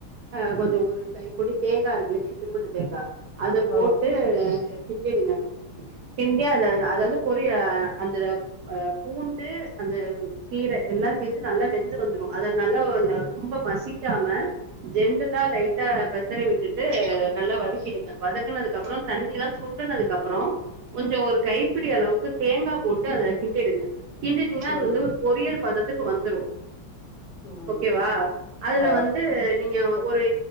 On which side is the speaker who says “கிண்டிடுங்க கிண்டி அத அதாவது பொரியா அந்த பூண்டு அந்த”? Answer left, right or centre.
Right